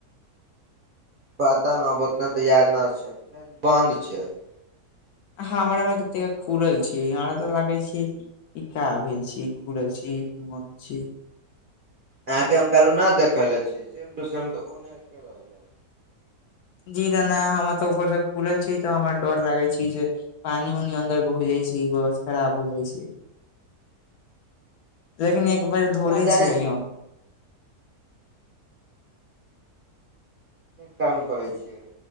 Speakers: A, on the right (about 50°); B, on the left (about 70°).
A: पता न आब ओतना तऽ याद न छै बंद छै। <unintelligible>
B: हमरा मे तऽ खुलल छीयै हमरा तऽ लागै छीयै। <unintelligible> इ का भेल छी खुलल छीयै कि बंद छीयै। <unintelligible>
A: अहाँ के हम कहलु न देखल ले छीयै सेम टू सेम त ओना के रहले। <unintelligible>
B: जी जना हमरा सब ऊपर स खुलल छियै तऽ हमरा डर लागै छि जे पानि ओनी अन्दर घूसि जाइ छै बस खराब हो जाइ छै लेकिन एक बेर धोले
A: न जाने
B: छियै ई हम
A: काम करै छि <unintelligible>